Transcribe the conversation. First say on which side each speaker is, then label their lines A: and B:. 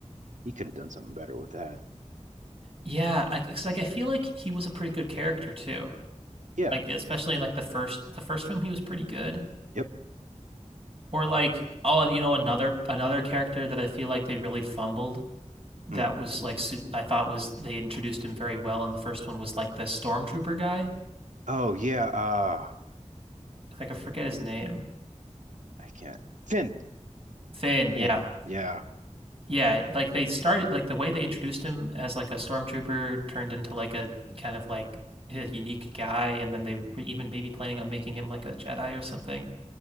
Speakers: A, on the right; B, on the right.
A: he could have done something better with that.
B: Yeah, I, it's like I feel like he was a pretty good character too.
A: Yeah.
B: Like especially in like the first the first film he was pretty good.
A: Yep.
B: Or like oh you know another another character that I feel like they really fumbled that
A: Hmm.
B: was like I thought was they introduced him very well, and the first one was like the stormtrooper guy.
A: Oh yeah. Uh,
B: Like I forget his name.
A: I I can't. Finn.
B: Finn, yeah.
A: Finn. Yeah.
B: Yeah, like they started like the way they introduced him as like a stormtrooper turned into like a kind of like a unique guy, and then they were even maybe planning on making him like a Jedi or something.